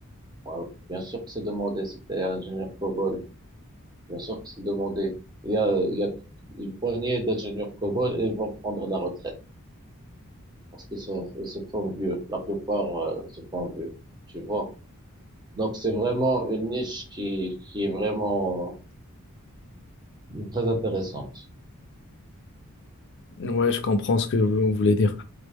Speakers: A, on the right; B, on the left.
A: ouais, bien sûr que c'est demandé, c'était ingénieur cobol, bien sûr que c'est demandé. Il y a, il y a une poignée d'ingénieurs cobol, et ils vont prendre la retraite parce qu'ils sont, ils se font vieux. La plupart, euh, se font vieux, tu vois. Donc c'est vraiment une niche qui, qui est vraiment euh, très intéressante.
B: Ouais, je comprends ce que vous voulez dire.